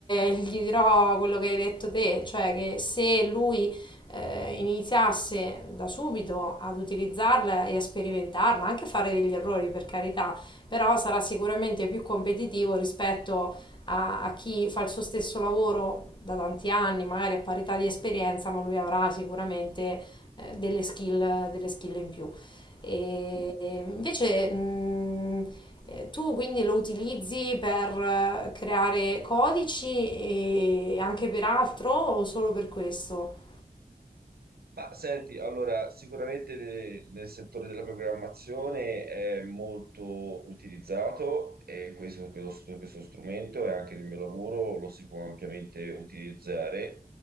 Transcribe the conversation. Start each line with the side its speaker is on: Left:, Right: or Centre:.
Left: gli dirò quello che hai detto te, cioè che se lui eh, iniziasse da subito ad utilizzarla e a sperimentarla, anche a fare degli errori per carità, però sarà sicuramente più competitivo rispetto a, a chi fa il suo stesso lavoro da tanti anni, magari a parità di esperienza, ma lui avrà sicuramente eh, delle skill, delle skill in più. E invece, mh, eh, tu quindi lo utilizzi per eh, creare codici e anche per altro o solo per questo?
Right: Ma senti, allora, sicuramente ne- nel settore della programmazione è molto utilizzato e questo, questo- questo strumento e anche nel mio lavoro lo si può ampiamente utilizzare.